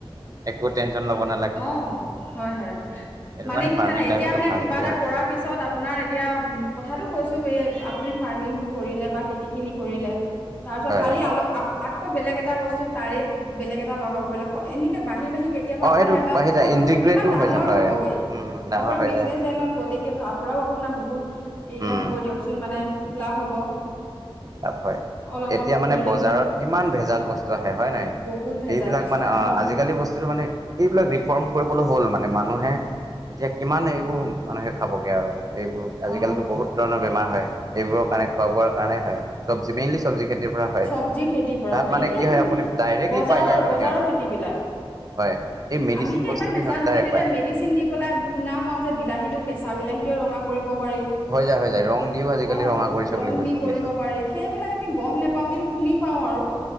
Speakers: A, on the right (about 40°); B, on the left (about 15°).
A: একো টেনশ্যন ল'ব ন
B: অ' হয় হয়।
A: সেইটো
B: মানে
A: কাৰণে
B: কি
A: ফাৰ্মিং
B: জানে এতিয়া
A: লাইফটো
B: মানে
A: ভাল
B: কিবা
A: বুলি
B: এটা
A: ভাবিছো
B: কৰাৰ পিছত আপোনাৰ এতিয়া উম কথাটো কৈছো এই আপুনি ফাৰ্মিংটো কৰিলে বা খেতি খিনি কৰিলে তাৰ পিছত
A: হয়
B: কালি আলো আক আকৌ বেলেগ এটা বস্তু তাৰে বেলেগ এটা লগাব পাৰিলে, হয় এনেকে বাঢ়ি বাঢ়ি কেতিয়া
A: অ
B: আপোনাৰ
A: এইটো
B: এটা
A: বাঢ়ি
B: কথাটো
A: যায় ইণ্টিগ্ৰেটো
B: কৈছো, কিমান ডাঙৰ
A: হৈ যায় হয়
B: হ'বগে
A: উম ডাঙৰ
B: আপোনাৰ
A: হৈ
B: বিজনেছ
A: যায় সেইটো।
B: লাইনত গ'লেগে তাৰ পৰাও আপোনাৰ বহুত এয়া
A: উম
B: হ'ব দিয়কচোন মানে লাভ হ'ব।
A: লাভ হয়।
B: অলপ
A: এতিয়া
B: অলপ
A: মানে
B: কৰিলে
A: বজাৰত কিমান ভেজাল বস্তু আহে হয় নাহয়?
B: বহুত ভেজাল
A: এইবিলাক
B: বস্তু
A: মানে
B: আহে
A: অ আজিকালি বস্তুটো মানে এইবিলাক ৰিফৰ্ম কৰিবলৈ হ'ল, মানে মানুহে এতিয়া কিমান এইবোৰ মানুহে খাবগে আৰু। এইবোৰ আজিকালিতো
B: অ
A: বহুত ধৰণৰ বেমাৰ হয় এইবোৰৰ কাৰণে খোৱা বোৱাৰ কাৰণেই হয়। চব্জি মেইনলি চব্জি খেতিৰ পৰা হয়
B: চবজি খেতি পৰা
A: তাত
B: হয়,
A: মানে
B: এতিয়া
A: কি
B: তুমি
A: আপুনি ডাইৰেক্টলি
B: বজাৰৰ
A: পাই যায়তো
B: বজাৰৰ
A: সিহঁতে
B: খেতি বিলাক,
A: হয় এই মেডিচিন
B: আমি এতিয়া
A: বস্তুটো
B: ইমান নেজানো।
A: সিহঁতে ডাইৰেক্ট
B: কিন্তু এতিয়া
A: পায়
B: মে ডিচিন দি পেলাই শুনা পাওঁ যে বিলাহীটো কেঁচা বিলাহীটোও ৰঙা কৰিব পাৰি।
A: হৈ যায় হৈ যায় ৰং দিও আজিকালি
B: অ'
A: ৰঙা কৰিছে
B: ৰং
A: বুলি কৈছে
B: দি কৰিব
A: শুনিছো
B: পাৰি। সেইবিলাক আমি গ'ম নেপ পাওঁ কিন্তু শুনি পাওঁ আৰু।